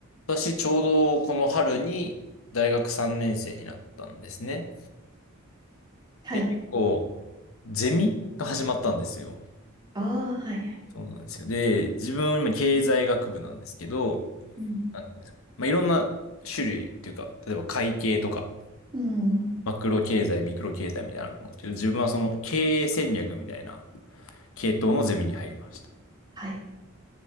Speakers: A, on the left; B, on the right.
A: 私、ちょうどこの春に大学3年生になったんですね。
B: はい。
A: で、結構、ゼミが始まったんですよ。
B: ああ、はい、はい。
A: そうなんですよ。で、自分、今、経済学部なんですけど、
B: うん。
A: なんていうんですかまあ、いろんな種類っていうか、例えば会計とか、
B: うん。
A: マクロ経済、ミクロ経済みたいなのあると思うんですけど、自分はその経営戦略みたいな系統のゼミに入りました。
B: はい。